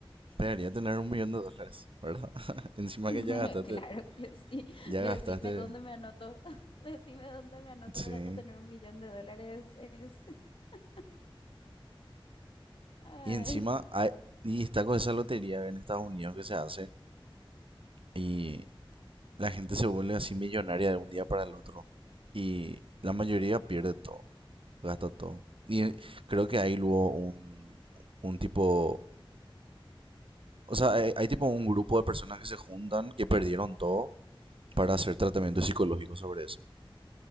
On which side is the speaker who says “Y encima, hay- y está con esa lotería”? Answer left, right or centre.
Right